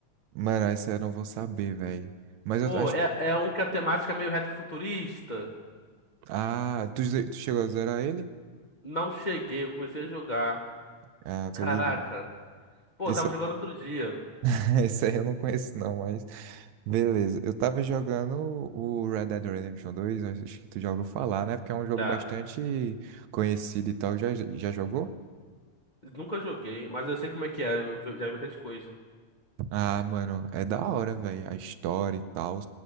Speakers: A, on the right; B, on the left.
A: mano, essa eu não vou saber, velho. Mas eu
B: Pô,
A: acho.
B: é, é um que a temática é meio retrofuturista.
A: Ah, tu, ze- tu chegou a zerar ele?
B: Não cheguei, eu comecei a jogar.
A: Ah,
B: Caraca.
A: tô ligado.
B: Pô,
A: Esse,
B: eu tava jogando outro dia.
A: <laughs> esse aí eu não conheço, não, mas. Beleza. Eu tava jogando o Red Dead Redemption 2, acho que tu já ouviu falar, né? Porque é um jogo
B: Já.
A: bastante conhecido e tal. Já, já jogou?
B: Nunca joguei, mas eu sei como é que é. Eu vi- já vi bastante coisa.
A: Ah, mano, é da hora, velho. A história e tal.